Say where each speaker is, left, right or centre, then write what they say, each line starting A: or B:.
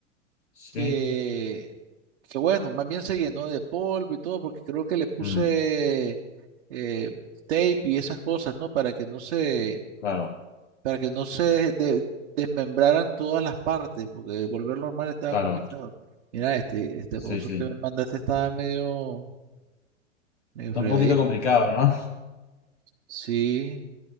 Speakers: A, on the left; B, on the right.
A: sí,
B: que, que bueno, más bien se llenó de polvo y todo, porque creo que le puse
A: mm,
B: eh, tape y esas cosas, ¿no? Para que no se,
A: claro,
B: para que no se de- desmembraran todas las partes, porque volverlo normal estaba
A: claro,
B: complicado. Mira, este, este
A: sí,
B: puzzle
A: sí.
B: que me mandaste estaba medio, medio
A: Está
B: fregadito.
A: un poquito complicado, ¿no?
B: Sí,